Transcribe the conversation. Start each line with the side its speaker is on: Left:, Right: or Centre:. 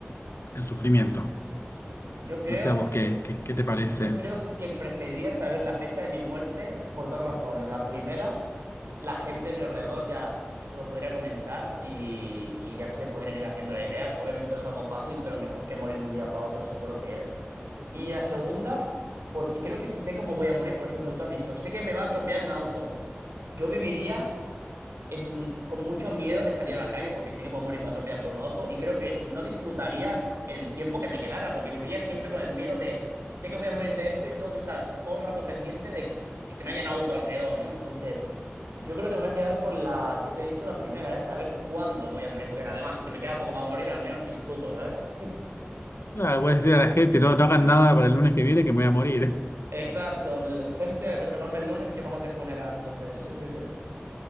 Left: el sufrimiento.
Right: Yo creo.
Left: No sé a vos qué, qué, qué te parece.
Right: Yo creo que preferiría saber la fecha de mi muerte por dos razones. La primera, la gente de mi alrededor ya se lo podría comentar y, y ya se podrían ir haciendo la idea, que obviamente no es algo fácil, pero mejor que morir de un día para otro seguro que es. Y la segunda, porque creo que si sé cómo voy a morir, por ejemplo, que tú has dicho, sé que me va a atropellar un auto, yo viviría en- con mucho miedo de salir a la calle porque sé que puedo morir atropellado por un auto y creo que no disfrutaría el tiempo que me quedara porque viviría siempre con el miedo de sé que voy a morir de esto y tengo que estar todo el rato pendiente de pues, que no haya un auto alrededor, ¿no? Entonces, yo creo que me voy a quedar con la que te he dicho, la primera, es saber cuándo voy a morir porque además si me queda poco para morir al menos disfruto, ¿sabes? <laughs>
Left: Claro, puedes decir a la gente, no, no hagan nada para el lunes que viene que me voy a morir. <laughs>
Right: Exacto, el- gente, reservarme el lunes que vamos de funeral, entonces, sí, sí, sí.